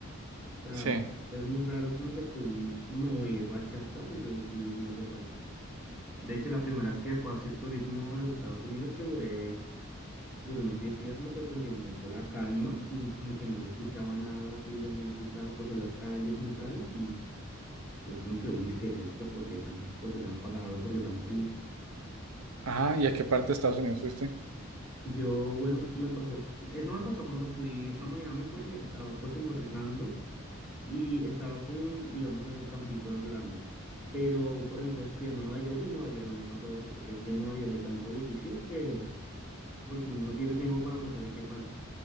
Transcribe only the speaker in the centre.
O sea,
es muy raro como que tú no oír bachata, entonces sí, sí me hace falta. De hecho, la primera vez que fue a hacer turismo a los Estados Unidos, que duré Duró unos 10 días, me sorprendió mucho la calma y como que no se escuchaba nada así de música pues en las calles ni tal y es como que, uy, ¿qué es esto? ¿Por qué tan, por qué tan apagado? ¿Por qué tan frío?
Yo, bueno, me pasó, eso me pasó cuando fui a Miami porque estaba pues en Orlando y estaba como en, digamos, en un campito de Orlando. Pero, por ejemplo, fui a Nueva York y en Nueva York no me pasó eso porque es que en Nueva York hay tanto bullicio que pues que uno no tiene tiempo para pensar en qué falta,